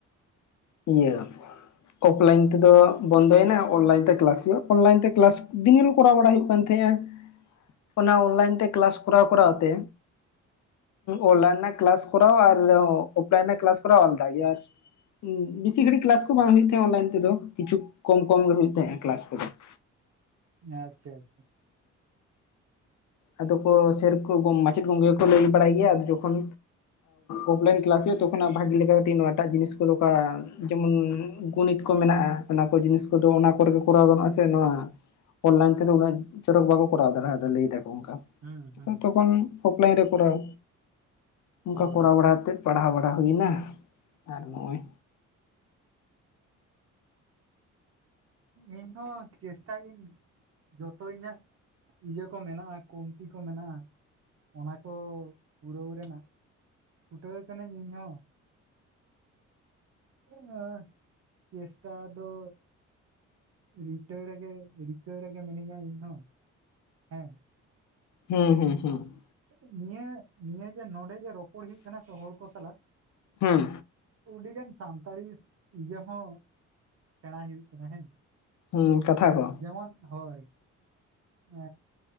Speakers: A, on the left; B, on the right.
A: ᱤᱭᱟᱹ ᱚᱯᱷᱞᱟᱭᱤᱱ ᱛᱮᱫᱚ ᱵᱚᱱᱫᱚᱭᱮᱱᱟ ᱚᱱᱞᱟᱭᱤᱱ ᱛᱮ ᱠᱞᱟᱥ ᱦᱩᱭᱩᱜᱼᱟ ᱚᱱᱞᱟᱭᱤᱱ ᱛᱮ ᱠᱞᱟᱥ ᱫᱤᱱ ᱠᱚᱨᱟᱣ ᱵᱟᱲᱟ ᱦᱩᱭᱩᱜ ᱠᱟᱱ ᱛᱟᱦᱮᱸᱱᱟ, ᱚᱱᱟ ᱚᱱᱞᱟᱭᱤᱱ ᱛᱮ ᱠᱞᱟᱥ ᱠᱚᱨᱟᱣ ᱠᱚᱨᱟᱣ ᱛᱮ᱾ ᱚᱱᱞᱟᱭᱤᱱ ᱨᱮᱱᱟᱜ ᱠᱞᱟᱥ ᱠᱚᱨᱟᱣ ᱟᱨ ᱚᱯᱷᱞᱟᱭᱤᱱ ᱨᱮᱱᱟᱜ ᱠᱞᱟᱥ ᱠᱚᱨᱟᱣ ᱟᱞᱫᱟ ᱜᱮᱭᱟ ᱟᱨ ᱵᱤᱥᱤ ᱜᱷᱟᱲᱤ ᱠᱞᱟᱥ ᱠᱚ ᱵᱟᱝ ᱦᱩᱭᱩᱜ ᱛᱟᱦᱮᱸᱜ ᱚᱱᱞᱟᱭᱤᱱ ᱛᱮᱫ ᱠᱤᱪᱷᱩ ᱠᱚᱢ ᱠᱚᱢ ᱜᱮ ᱦᱩᱭᱩᱜ ᱛᱟᱦᱮᱸᱜ ᱠᱞᱟᱥ ᱠᱚᱫᱚ ᱾
B: ᱟᱪᱪᱷᱟ ᱟᱪᱪᱷᱟ
A: ᱟᱫᱚ ᱠᱚ ᱥᱮᱨ ᱠᱚ ᱢᱟᱪᱮᱫ ᱜᱚᱢᱠᱮ ᱠᱚ ᱠᱚ ᱞᱟᱹᱭ ᱵᱟᱲᱟᱭ ᱜᱮᱭᱟ ᱟᱫᱚ ᱡᱚᱠᱷᱚᱱ ᱚᱯᱷᱞᱟᱭᱤᱱ ᱠᱞᱟᱥ ᱦᱩᱭᱩᱜ-ᱟ ᱛᱚᱠᱷᱚᱱ ᱵᱷᱟᱜᱤ ᱞᱮᱠᱟ ᱠᱟᱹᱴᱤᱡ ᱱᱚᱣᱟ ᱴᱟᱜ ᱡᱤᱱᱤᱥ ᱠᱚ ᱫᱚᱠᱚ ᱡᱮᱢᱚᱱ ᱜᱩᱱᱤᱛ ᱠᱚ ᱢᱮᱱᱟᱜᱼᱟ ᱚᱱᱟ ᱠᱚ ᱡᱤᱱᱤᱥ ᱠᱚᱫᱚ ᱚᱱᱟ ᱠᱚᱨᱮ ᱜᱮ ᱠᱚᱨᱟᱣ ᱜᱟᱱᱚᱜᱼᱟ ᱥᱮ ᱱᱚᱣᱟ᱾ ᱚᱱᱞᱟᱭᱤᱱ ᱛᱮ ᱫᱚ ᱩᱱᱟ. ᱜ ᱪᱚᱨᱚᱠ ᱵᱟᱠᱚ ᱠᱚᱟᱣᱫᱟ ᱞᱟᱹᱭ ᱫᱟᱠᱚ ᱚᱱᱠᱟ
B: ᱦᱩᱸ ᱦᱩᱸ
A: ᱛᱚᱠᱷᱚᱱ ᱚᱯᱷᱞᱟᱭᱤᱱ ᱨᱮ ᱠᱚᱨᱟᱣ ᱚᱱᱠᱟ
B: ᱦᱳᱭ
A: ᱠᱚᱨᱟᱣ ᱵᱟᱲᱟ ᱟᱛᱮᱫ ᱯᱟᱲᱦᱟᱣ ᱵᱟᱲᱟ ᱦᱩᱭᱱᱟ ᱟᱨ ᱱᱚᱜᱼᱚᱭ᱾
B: ᱤᱧᱦᱚᱸ ᱪᱮᱥᱴᱟᱭᱟᱹᱧ ᱡᱚᱛᱚ ᱤᱧᱟᱹᱜ ᱤᱭᱟᱹ ᱠᱚ ᱢᱮᱱᱟᱜᱼᱟ, ᱠᱳᱢᱛᱤ ᱠᱚ ᱢᱮᱱᱟᱜᱼᱟ᱾ ᱚᱱᱟ ᱠᱚ ᱯᱩᱨᱟᱹᱣ ᱨᱮᱱᱟᱜ ᱪᱷᱩᱴᱟᱹᱣ ᱠᱟᱹᱱᱟᱹᱧ ᱤᱧᱦᱚᱸ ᱾ ᱦᱮᱸ ᱪᱮᱥᱴᱟ ᱫᱚ ᱨᱤᱠᱟᱹ ᱨᱮᱜᱮ ᱨᱤᱠᱟᱹ ᱨᱮᱜᱮ ᱢᱤᱱᱟᱹᱧᱟ ᱤᱧ ᱦᱚᱸ ᱦᱮᱸ᱾
A: ᱦᱩᱸ ᱦᱩᱸ ᱦᱩᱸ
B: ᱱᱤᱭᱟᱹ ᱱᱤᱭᱟᱹ ᱡᱮ ᱱᱚᱸᱰᱮ ᱡᱮ ᱨᱚᱯᱚᱲ ᱦᱩᱭᱩᱜ ᱠᱟᱱᱟ ᱥᱮ ᱦᱚᱲ ᱠᱚ ᱥᱟᱞᱟᱜ
A: ᱦᱩᱸ
B: ᱟᱹᱰᱤᱜᱟᱱ ᱥᱟᱱᱛᱟᱲᱤ ᱤᱭᱟᱹ ᱦᱚᱸ ᱥᱮᱬᱟᱭ ᱦᱩᱭᱩᱜ ᱠᱟᱱᱟ ᱦᱮᱸ
A: ᱦᱩᱸ ᱠᱟᱛᱷᱟ ᱠᱚ
B: ᱡᱟᱦᱟᱱ ᱦᱚᱭ ᱮ